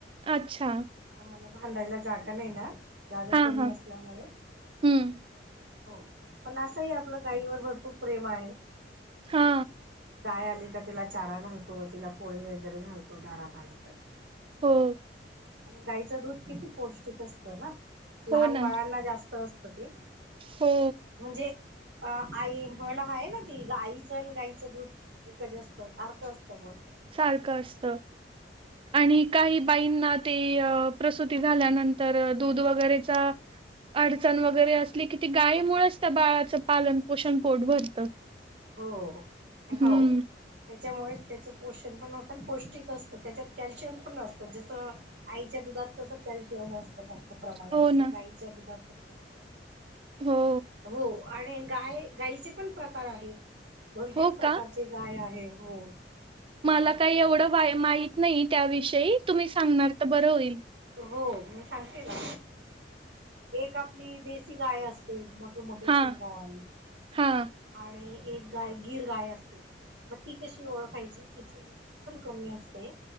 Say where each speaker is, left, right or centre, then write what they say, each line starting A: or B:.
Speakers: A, on the right (about 30°); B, on the right (about 80°).
A: अच्छा
B: आम्हाला बांधायला जागा नाही ना, जागा
A: हा
B: कमी
A: हा
B: असल्यामुळे
A: हम्म
B: हो, पण असही आपल गायीवर भरपूर प्रेम आहे.
A: हा
B: गाय आली का तिला चारा घालतो. तिला पोळी वगैरे घालतो दारात आली तर.
A: हो
B: गाईच दूध किती पौष्टिक असत ना.
A: हो
B: लहान
A: ना
B: बाळांना जास्त असत ते.
A: हो
B: म्हणजे अ आई म्हण आहे ना ती. आईच अन गाईच दूध एकच असत. सारख असत बा अस.
A: सारख असत. आणि काही बाईंना ते प्रसुती झाल्यानंतर दूध वगैरेचा अडचण वगैरे, असली की ती गायीमुळेच त्या बाळाचं पालन पोषण पोट भरतं.
B: हो हो हाव
A: हम्म
B: त्याच्यामुळेच त्याच पोषण पण होत आणि पौष्टिक असतं त्याच्यात कॅल्शियम पण नसतं जसं आईच्या दुधात कसं कॅल्शियम असतं जास्त प्रमाणात,
A: हो
B: तसं
A: ना
B: गाईच्या दुधात पण कॅल्शियम असतं.
A: हो
B: हो आणि गाय, गाईचे पण प्रकार आहेत, दोन -तीन
A: हो
B: प्रकार
A: का
B: ते गाय आहे हो अ
A: मला काय एवढं वा, माहीत नाही त्याविषयी, तुम्ही सांगणार तर बरं होईल.
B: हो मी सांगते ना, एक आपली देसी गाय अस ते मोठे, मोठे
A: हा
B: शिंगांवाली
A: हा
B: आणि एक गाय गिर गाय असते मग ती कशी ओळखायची, तिची उंची पण कमी असते.